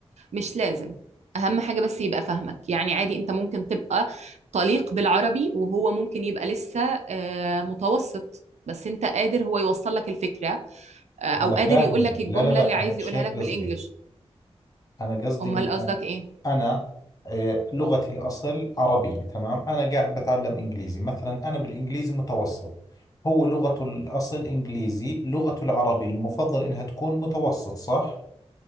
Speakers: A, on the right (about 80°); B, on the left (about 30°).
A: مش لازم اهم حاجة بس يبقى فاهمك يعني عادي انت ممكن تبقى طليق بالعربي وهو ممكن يبقى لسه آه، متوسط بس انت قادر هو يوصل لك الفكرة آه، او
B: أنا
A: قادر
B: فاهم
A: يقول لك الجملة
B: لا لا لا
A: اللي عايز
B: أنا مش
A: يقولها
B: هيك
A: لك بالانجلش
B: قصدي أنا قصدي
A: امال
B: مثلا
A: قصدك ايه
B: أنا آه، لغتي الأصل عربية تمام أنا قاعد بتعلم إنجليزي مثلا أنا بالإنجليزي متوسط هو لغته الأصل إنجليزي لغته العربي المفضل إنها تكون متوسط صح؟